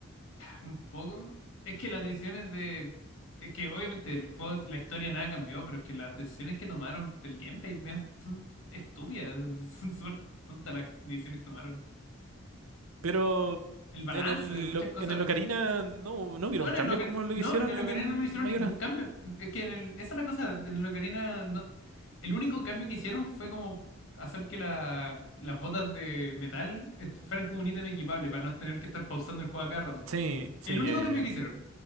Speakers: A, on the left; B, on the right.
A: un poco. Es que las decisiones de... Es que obviamente el juego, la historia nada cambió, pero es que las decisiones que tomaron del gameplay medio son estúpidas, <laughs> son súper tontas las decisiones que tomaron.
B: Pero
A: El balance
B: en el,
A: de muchas
B: Oc-
A: cosas
B: en el Ocarina no, no hubieron
A: No, en
B: cambios
A: el Ocar-
B: como lo
A: no,
B: que hicieron
A: en el
B: en
A: Ocarina
B: el
A: no le hicieron
B: Mayora.
A: ningún cambio. Es que en el, esa es la cosa, en el Ocarina no- el único cambio que hicieron fue como hacer que la- las botas de metal est- fueran como un ítem equipable para no tener que estar pausando el juego a cada rato.
B: Sí, sí,
A: El único
B: ya, ya,
A: cambio que
B: ya.
A: hicieron.